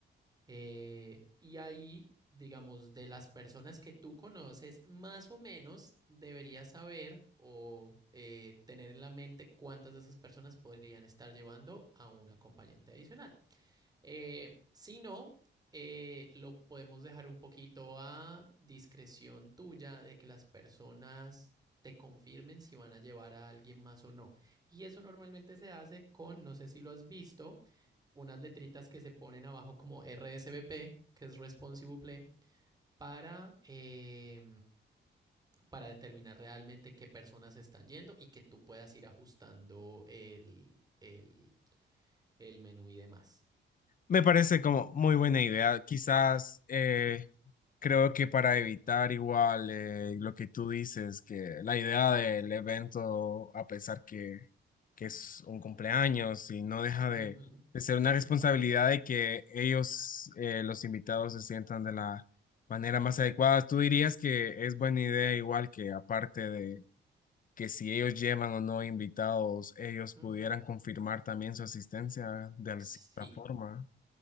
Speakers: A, on the right; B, on the left.
A: Eh, y ahí, digamos, de las personas que tú conoces, más o menos deberías saber o eh, tener en la mente cuántas de esas personas podrían estar llevando a un acompañante adicional. Eh, si no, eh, lo podemos dejar un poquito a discreción tuya de que las personas te confirmen si van a llevar a alguien más o no. Y eso normalmente se hace con, no sé si lo has visto, unas letritas que se ponen abajo como RSVP, que es Responsive Play, para, eh, para determinar realmente qué personas están yendo y que tú puedas ir ajustando el, el, el menú y demás.
B: Me parece como muy buena idea. Quizás eh, creo que para evitar igual eh, lo que tú dices, que la idea del evento, a pesar que, que es un cumpleaños y no deja de,
A: Ujú,
B: de ser una responsabilidad de que ellos, eh, los invitados, se sientan de la manera más adecuada, tú dirías que es buena idea igual que aparte de que si ellos llevan o no invitados, ellos
A: ujú.
B: pudieran confirmar también su asistencia de alguna
A: Sí.
B: forma.